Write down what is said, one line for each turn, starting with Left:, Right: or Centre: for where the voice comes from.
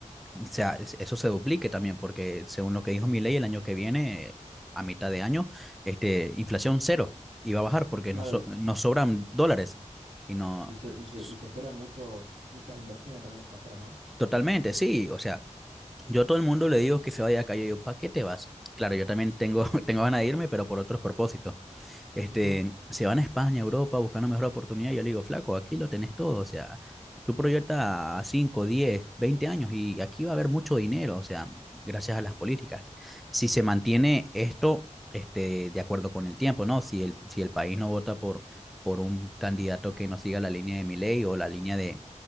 Centre: o sea, es- eso se duplique también, porque según lo que dijo mi ley, el año que viene, a mitad de año, este, inflación cero, y va a bajar porque
Right: Claro,
Centre: nos, so- nos sobran dólares. Y no,
Right: Y se, y
Centre: s-
Right: se, y se esperan muchos, muchas inversiones también extranjeras, ¿no?
Centre: totalmente, sí, o sea, yo a todo el mundo le digo que se vaya a la calle, yo, ¿para qué te vas? Claro, yo también tengo, <laughs> tengo ganas de irme, pero por otros propósitos. Este,
Right: Ujú.
Centre: se van a España, Europa, buscando mejor oportunidad. Y Yo le digo, flaco, aquí lo tenés todo. O sea, tú proyectas a 5, 10, 20 años y aquí va a haber mucho dinero. O sea, gracias a las políticas. Si se mantiene esto, este, de acuerdo con el tiempo, ¿no? Si el, si el país no vota por, por un candidato que no siga la línea de Milei o la línea de,